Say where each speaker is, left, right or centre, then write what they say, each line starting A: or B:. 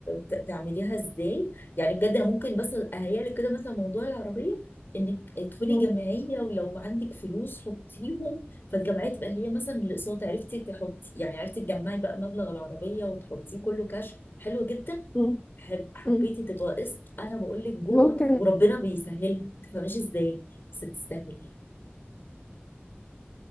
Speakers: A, on the left; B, on the left.
A: ت- تعمليها ازاي يعني بجد انا ممكن بس اهيئ لك كده مثلا موضوع العربيه انك تدخلي
B: مم.
A: جمعيه ولو عندك فلوس حطيهم فالجمعيه تبقى هي مثلا الاقساط عرفتي تحطي يعني عرفتي تجمعي بقى مبلغ العربيه وتحطيه كله كاش حلو جدا
B: مم.
A: حب حبيتي
B: مم.
A: تبقى قسط انا بقول لك جو
B: ممكن
A: اون وربنا بيسهلها ما تفهميش ازاي بس تستاهل